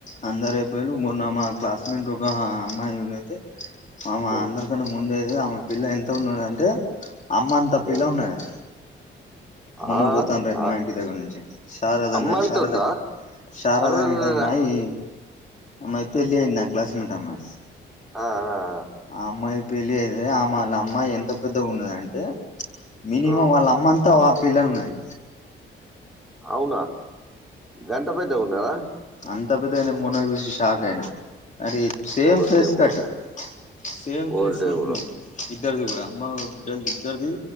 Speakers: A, on the left (about 40°); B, in the centre.
A: అందరు అయిపోయళ మొన్న మా క్లాస్మేట్ ఒక అమ్మాయినైతే మామ
B: ఊ,
A: అందరికన్నా ముందైతే ఆమె పిల్ల ఎంత ఉన్న <unintelligible> టే అమ్మన్త పిల్ల
B: ఊ.
A: ఉన్నది. మొన్న
B: ఆ,
A: బోతాన్నది
B: ఆ,
A: మా ఇంటి దగ్గర్నుంచి శారదా
B: అమ్మ
A: నా
B: అంటుందా
A: శారదా శారదానేటమ్మాయి
B: అర్రర్ర
A: అమ్మాయి పెళ్లయింది నా క్లాస్మేట్టామ్మా
B: ఆ ఆ ఆ
A: ఆ అమ్మాయి పెళ్లియితే ఆమాళ అమ్మాయి ఎంత పెద్దగున్నదంటే మినిమం
B: ఓ,
A: వాళ్ళమ్మంత వ పిల్లనున్నది
B: అవునా గంత పేద్దగున్నాదా
A: అంత పెద్దగయినా మొన్న జూసి షాక్ అయినా అరే సేమ్
B: ఓ
A: ఫేస్
B: దేవుడు
A: కట్ సేమ్
B: ఓ
A: ఫేస్
B: దేవుడు
A: కట్ ఉన్నది ఇద్దర్ది కూడా అమ్మ బిడ్డల్దిద్దర్ది